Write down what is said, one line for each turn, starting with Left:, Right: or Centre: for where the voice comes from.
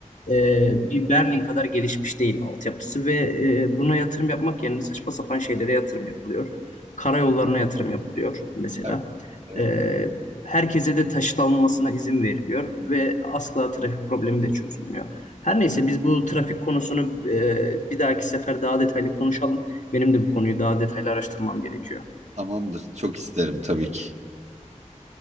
Left: e, bir Berlin kadar gelişmiş değil altyapısı ve e, buna yatırım yapmak yerine saçma sapan şeylere yatırım yapılıyor. Karayollarına yatırım yapılıyor mesela.
Right: Evet. Evet.
Left: E, herkese de taşıt alınmasına izin veriliyor ve asla trafik problemi de çözülmüyor. Her neyse biz bu trafik konusunu e, bir dahaki sefer daha detaylı konuşalım. Benim de bu konuyu daha detaylı araştırmam gerekiyor.
Right: Tamamdır. Çok isterim tabii ki.